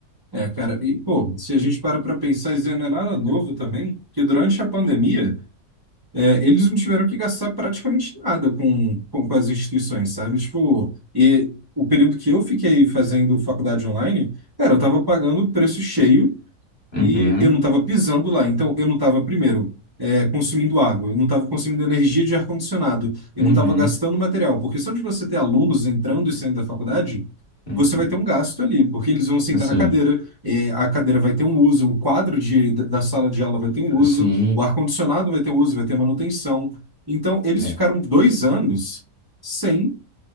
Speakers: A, on the right; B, on the left.
A: É, cara, e pô, se a gente para para pensar, isso não é nada novo também, que durante a pandemia É, eles não tiveram que gastar praticamente nada com, com, com as instituições, sabe? Tipo, e o período que eu fiquei fazendo faculdade online, cara, eu tava pagando o preço cheio
B: Uhum,
A: e eu não estava pisando lá, então eu não estava, primeiro, é, consumindo água, eu não estava consumindo energia de ar-condicionado, eu
B: uhum.
A: não estava gastando material, porque só de você ter alunos entrando e saindo da faculdade,
B: Uhum.
A: você vai ter um gasto ali, porque eles vão sentar
B: Assim,
A: na cadeira, é, a cadeira vai ter um uso, o quadro de, da da sala de aula vai ter um uso,
B: sim,
A: o ar-condicionado vai ter um uso, vai ter manutenção. Então, eles
B: é,
A: ficaram dois anos. sem